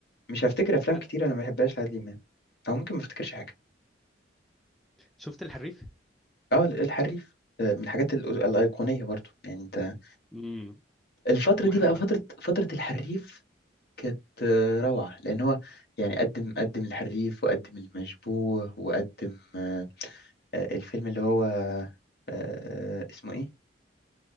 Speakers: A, on the left; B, in the centre.
A: مش هفتكر أفلام
B: آه
A: كتير أنا ما بحبهاش لعادل إمام أو ممكن ما افتكرش حاجة
B: شفت الحريف
A: أه الحريف آه، من الحاجات ال- الأيقونية برضو يعني أنت
B: امم
A: الفترة
B: محمد
A: دي بقى فترة فترة الحريف كانت آه، روعة لأن هو يعني قدم قدم الحريف وقدم المشبوه وقدم آه، آه، الفيلم اللي هو آه، اسمه إيه